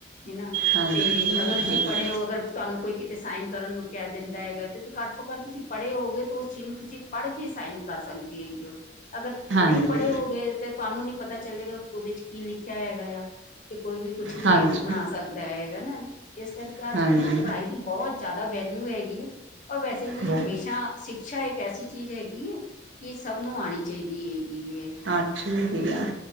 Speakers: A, on the left; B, on the right.
A: ਹਨਾ,
B: ਹਾਂਜੀ
A: ਤੇ ਅਗਰ ਤੁਸੀਂ ਪੜ੍ਹੇ ਔ ਅਗਰ ਤੁਹਾਨੂੰ ਕੋਈ ਕਿਤੇ ਸਾਈਨ ਕਰਨ ਨੂੰ ਕਹਿ ਦਿੰਦਾ ਹੈਗਾ ਤੇ ਘੱਟ ਤੋਂ ਘੱਟ ਤੁਸੀਂ ਪੜ੍ਹੇ ਹੋਗੇ ਤੇ ਉਸ ਚੀਜ਼ ਨੂੰ ਤੁਸੀਂ ਪੜ੍ਹ ਕੇ ਸਾਈਨ ਕਰ ਸਕਦੀ ਹੈਗੀ ਉਹ ਅਗਰ
B: ਹਾਂਜੀ
A: ਨਹੀਂ ਪੜ੍ਹੇ ਹੋ ਗਏ ਤੇ ਤੁਹਾਨੂੰ ਨੀ ਪਤਾ ਚੱਲੇਗਾ ਉਹਦੇ ਚ' ਕੀ ਲਿਖਿਆ ਹੈਗਾ ਆ। ਤੇ ਕੋਈ ਵੀ ਕੁੱਛ ਵੀ
B: ਹਾਂਜੀ
A: ਬੇ ਸਕਦਾ ਹੈਗਾ ਨਾ। ਇਸ ਕਰਕੇ
B: ਹਾਂਜੀ
A: ਅੱਜ ਕੱਲ੍ਹ ਨਾ
B: ਹਾਂਜੀ
A: ਪੜ੍ਹਾਈ ਦੀ ਬਹੁਤ ਜ਼ਿਆਦਾ ਵੈਲਊ ਹੈਗੀ ਹੈ। ਉਹ ਵੈਸੇ ਵੀ
B: ਬਹੁਤ
A: ਹਮੇਸ਼ਾ ਸਿਕਸ਼ਾ ਇੱਕ ਐਸੀ ਚੀਜ਼ ਹੈਗੀ ਹੈ। ਕਿ ਸਭ ਨੂੰ ਆਉਣੀ ਚਾਹੀਦੀ ਹੈਗੀ ਐ।
B: ਅੱਛ ਵਦੇਆ।